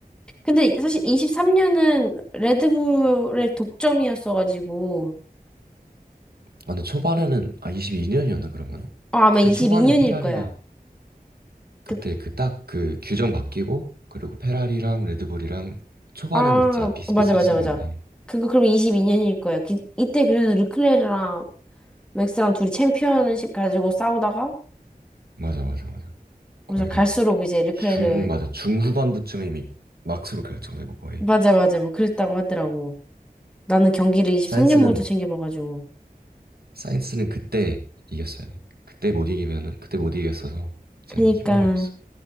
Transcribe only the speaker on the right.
아, 근데 초반에는, 아, 22년이었나, 그러면?
그때
초반에 페라리가
그때
그 딱 그 규정 바뀌고 그리고 페라리랑 레드불이랑 초반은
진짜 비슷비슷했었는데
맞아 맞아 맞아
거의
한
중 맞아 중후반부쯤에 이미 막스로 결정되고 거의
사인스는
사인스는 그때 이겼어야 돼 그때 못 이기면은 그때 못 이겼어서 이제는
희망이 없어